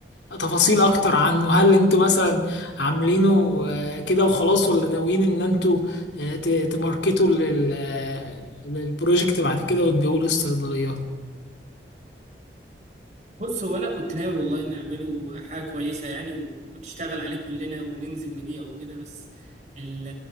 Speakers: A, on the left; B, on the right.
A: آه، تفاصيل اكتر عنه هل انتوا مثلا عاملينه آه، كده وخلاص ولا ناويين ان انتوا آه، ت- تماركتوا لل- آه، للبروجكت بعد كده وتبيعوه للصيدليات
B: بص هو انا كنت ناوي والله نعمله حاجه كويسه يعني وتشتغل عليه كلنا وننزل نبيع وكده بس ال-